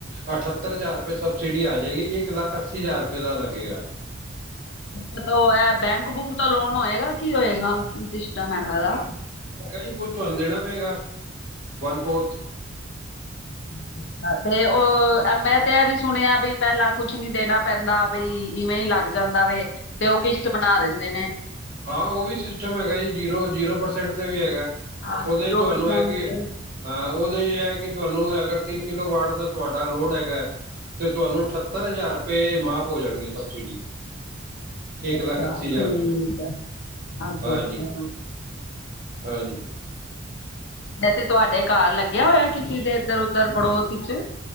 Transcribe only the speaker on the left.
ਅੱਛਾ ਤਾਂ ਉਹ ਇਹ ਬੈਂਕ ਬੂਕ ਤਾਂ ਲੋਨ ਹੋਏਗਾ ਕੀ ਹੋਏਗਾ ਕੀ ਸਿਸਟਮ ਹੈਗਾਦਾ।
<unintelligible> ਤੇ ਉਹ ਮੈਂ ਤੇ ਇਹ ਵੀ ਸੁਣਿਆ ਬਈ ਪਹਿਲਾਂ ਕੁਛ ਨੀ ਦੇਣਾ ਪੈਂਦਾ। ਬਈ ਇਵੇਂ ਹੀ ਲੱਗ ਜਾਂਦਾ ਵੇ। ਤੇ ਉਹ ਕਿਸ਼ਤ ਬਣਾ ਦਿੰਦੇ ਨੇ।
ਹਾਂ
ਜ਼ੀਰੋ
ਪਰਸੈਂਟ
ਤੇ
ਹਾਂਜੀ
ਅੱਛਾ,
ਠੀਕ
ਆ। ਅੱਛਾ-ਅੱਛਾ।
ਵੈਸੇ ਤੁਹਾਡੇ ਘਰ ਲੱਗਿਆ ਹੋਇਆ ਕਿਸੇ ਦੇ ਇੱਧਰ-ਉੱਧਰ ਪੜੋਸ ਚ